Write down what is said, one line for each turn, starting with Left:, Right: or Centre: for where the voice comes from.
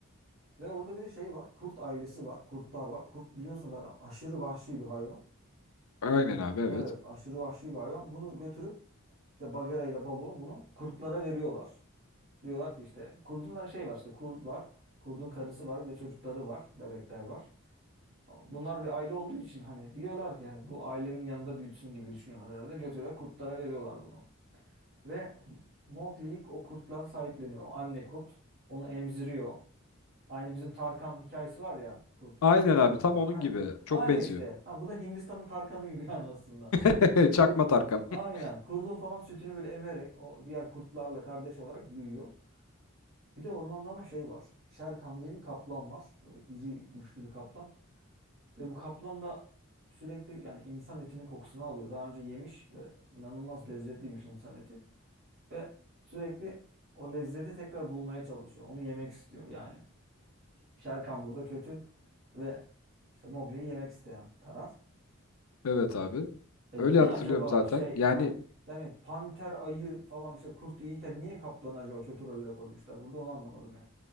Right: Ve orada bir de şey var. Kurt ailesi var. Kurtlar var. Kurt biliyorsunuz zaten aşırı vahşi bir hayvan.
Left: Aynen abi evet.
Right: Evet, aşırı vahşi bir hayvan. Bunu götürüp işte Bagheera ile Balu bunu kurtlara veriyorlar. Diyorlar ki işte kurdun da şey var işte kurt var. Kurdun karısı var bir de çocukları var. Bebekler var. Bunlar bir aile olduğu için hani diyorlar ki hani bu ailenin yanında büyütsün gibi düşünüyorlar herhalde. Götürüyorlar kurtlara veriyorlar bunu. Ve Mowgli'yi o kurtlar sahipleniyor. O anne kurt onu emziriyor. Aynı bizim Tarkan hikayesi var ya kurt
Left: Aynen abi
Right: ile
Left: tam
Right: büyüyor.
Left: onun
Right: Ay-
Left: gibi. Çok
Right: Aynı
Left: benziyor.
Right: işte. Ha, bu da Hindistan'ın Tarkan'ı gibi <laughs> yani aslında.
Left: <laughs> Çakma
Right: Kur,
Left: Tarkan.
Right: aynen.
Left: <laughs>
Right: Kurdun falan sütünü böyle emerek o diğer kurtlarla kardeş olarak büyüyor. Bir de ormanda ama şey var. Şerkan diye bir kaplan var. Böyle iri güçlü bir kaplan. Ve bu kaplan da sürekli yani insan etinin kokusunu alıyor. Daha önce yemiş ve inanılmaz lezzetliymiş insan eti. Ve sürekli o lezzeti tekrar bulmaya çalışıyor. Onu yemek istiyor yani. Şerkan burada kötü ve işte Mowgli'yi yemek isteyen taraf.
Left: Evet abi.
Right: Ya
Left: Öyle
Right: niye
Left: hatırlıyorum
Right: acaba
Left: zaten.
Right: şey
Left: Yani
Right: ha yani panter ayı falan işte kurt iyiyken niye kaplanı acaba kötü rolle koymuşlar? Burada onu anlamadım ya.